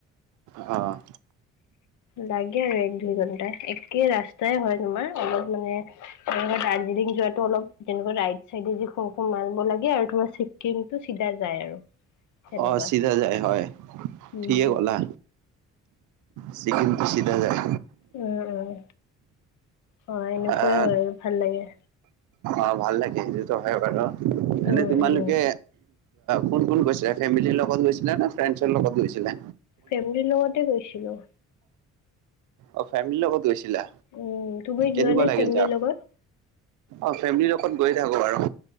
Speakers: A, on the right; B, on the left.
A: অ
B: লাগে আৰু এক দুই ঘণ্টা একে ৰাস্তাই হয় তোমাৰ অলপ মানে তে দাৰ্জিলিং যোৱাটো অলপ তেনেকুৱা ৰাইট চাইডে যি খু খো মাৰ লাগে আৰু তোমাৰ কিন্তু চিধা যায় আৰু সেনেকুৱা
A: অ চিধা যায় হয়
B: উম,
A: ঠিকে গ'লা চিকিকিমটো সিধ যায়
B: উম উম অ এনেকুৱাই
A: আহ,
B: হয় আৰু ভাল লাগে
A: অ ভাল লাগে সেইটোতো হয় বাৰু
B: উম,
A: এনে তোমালোকে
B: উম।
A: কোন কোন গৈছিলে ফেমিলিৰ লগত গৈছিলে নে ফ্ৰেণ্ডছৰ লগত গৈছিলে
B: ফেমিলিৰ লগতে গৈছিলো
A: অ ফেমিলিৰ লগত গৈছিলা
B: উম, তুমি যোৱা
A: কেনেকুৱা
B: নে
A: লাগিল
B: ফেমিলিৰ
A: যা
B: লগত?
A: অ ফেমিলিৰ লগত গৈে থাকো বাৰু